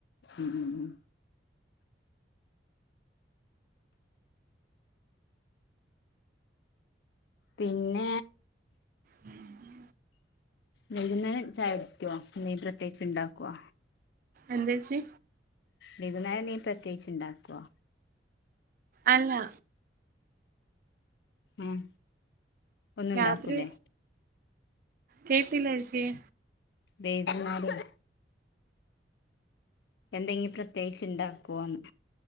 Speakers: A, on the left; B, on the right.
A: ഉം ഉം ഉം പിന്നെ.
B: അതെ
A: വൈകുന്നേരം ചായക്കുടിക്കേ, എന്തെലും പ്രത്യേകിച്ച് ണ്ടാക്കേ?
B: എന്തെച്ചി.
A: വകുന്നേരം എന്തീം പ്രത്യേകിച്ച് ണ്ടാക്ക്വാ
B: അല്ലാ.
A: ഉം ഒന്നും ഇണ്ടാക്കൂലേ
B: രാത്രി കേട്ടില്ല ഏച്ചി യെ..
A: വേകനാടും. എന്തെങ്കിലും പ്രത്യേകിച്ച് ഉണ്ടാക്കുമോന്ന്